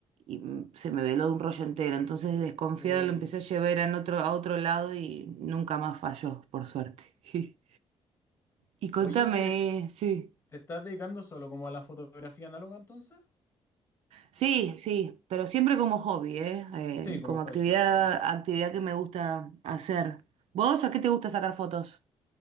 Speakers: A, on the right; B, on the left.
A: y mm, se me veló de un rollo entero, entonces desconfiada
B: Uy.
A: lo empecé a llevar en otro, a otro lado y nunca más falló, por suerte. <laughs> Y contame,
B: Oye, ¿y ¿te,
A: sí.
B: te estás dedicando solo como a la fotografía análoga entonces?
A: Sí, sí, pero siempre como hobby, ¿eh? Eh,
B: Sí, como
A: como
B: hobby,
A: actividad,
B: claro, claro.
A: actividad que me gusta hacer. ¿Vos a qué te gusta sacar fotos?